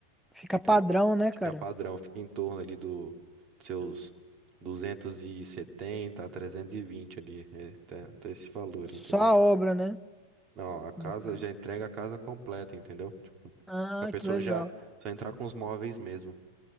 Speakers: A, in the centre; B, on the right.
A: Fica
B: Fica,
A: padrão, né,
B: fica
A: cara?
B: padrão, fica em torno ali do dos seus 270 a 320 ali, é, tá, tá esse valor,
A: Só
B: entendeu?
A: a obra, né?
B: Não, a casa
A: No caso.
B: já entrega a casa completa, entendeu? Tipo,
A: Ah,
B: a pessoa
A: que legal.
B: já só entrar com os móveis mesmo.